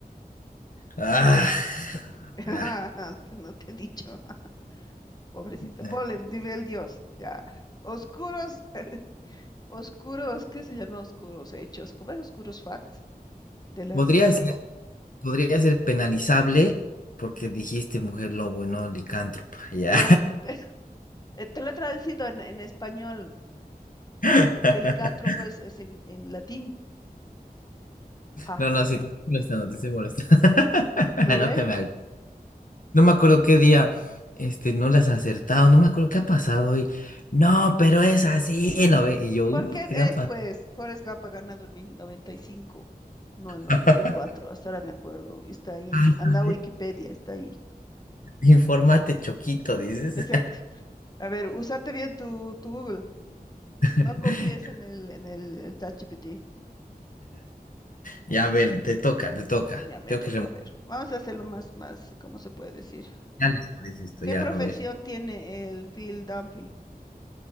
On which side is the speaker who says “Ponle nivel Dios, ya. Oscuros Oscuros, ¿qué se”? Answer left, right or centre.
Left